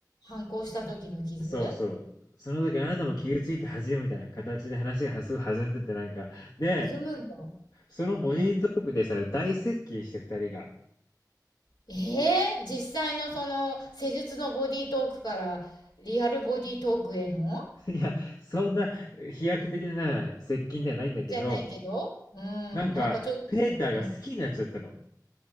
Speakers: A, on the left (about 80°); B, on the left (about 60°).
A: 反抗した時の傷
B: そうそう。その時あなたも傷ついて恥よ、
A: うん。
B: みたいな形で話がすごい弾んでて、なんか。で、
A: 弾むんだ。
B: そのボディートークでさ、
A: うん。
B: 大接近して二人が。
A: ええ実際のその施術のボディートークからリアルボディートークへの
B: いや、そんな飛躍的な接近ではないんだけど、
A: じゃないけど、うん、
B: なんか、
A: なんかちょっと、
B: ペーターが好きになっちゃったの。
A: うん。